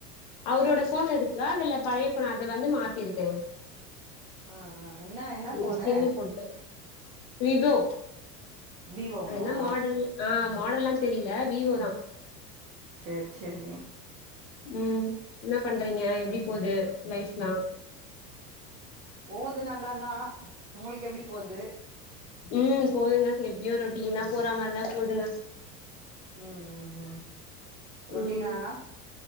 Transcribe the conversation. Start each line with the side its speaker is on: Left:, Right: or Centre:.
Left: அவுரோட ஃபோன் இருக்கு அதுல பழைய ஃபோன் அத வந்து மாத்திருக்கேங்க
Right: ஆ ஆ என்ன என்ன ஃபோனு
Left: ஏ சிம்மு போட்டு வி ஓ
Right: விவோங்களா
Left: அ என்ன மாடல் ஆ மாடல்லா தெரியில வி ஓ தா
Right: சேரி சேரி
Left: ம் என்ன பண்றீங்க எப்டி போது லைஃப்ல்லா
Right: போது நல்லாதா உங்களுக்கு எப்டி போது
Left: ம் போதுங்க எப்டியு ரொட்டீனா போற மாரிதா போதுங்க
Right: ம் ம் ம் ரொட்டினானா
Left: ம்